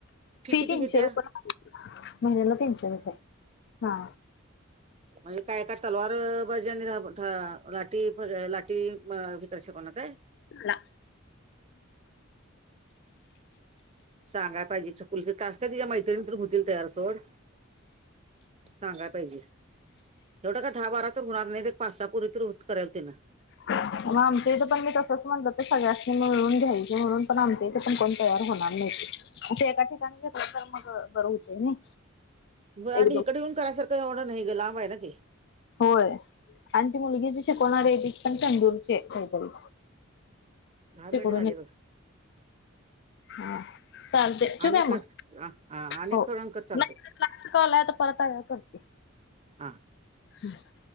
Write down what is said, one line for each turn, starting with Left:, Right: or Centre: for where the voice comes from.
Left: फी
Right: किती
Left: तीनशे
Right: घेत्या
Left: रुपय महिन्याला तीनशे. रुपये हा.
Right: म्हणे काय काय तलवार भाजनी लाटठी लाटठी विकार शकना काय
Left: ला.
Right: सांगाय पाहिजे चकुल तस्त तिच्या मैत्रिणीत होतील तयार सोड. सांगा पाहिजे. तेवढं का दहा बारा तर होणार नाही पाच सहा पुूरी तरी होत करेल तिं
Left: ह. मग आमच्या इथं पण मी तसंच म्हणल ते सगळ्यांनी मिळून घ्यायचे म्हणून पण आमच्या इथे पण कोण तयार होणार नाही. ते एका ठिकाणी घेतलं तर मग बर होते नाही.
Right: ग आणि
Left: एकदम
Right: इिकडे येऊन करायसारखं होणार नाही ग लांब आहे ना ते
Left: होय आणि ती मुलगी जी शिकवणार आहे ती पण तंदूरचे काहीतरी
Right: दहा
Left: तेून
Right: मिनिट झाले बघ
Left: हा. चालते चू
Right: अनेक
Left: काय मग
Right: कर, हा अनेक
Left: हो
Right: थोडं अंकर चालते
Left: नाही कलाय तर परतयार करते
Right: हां
Left: हम्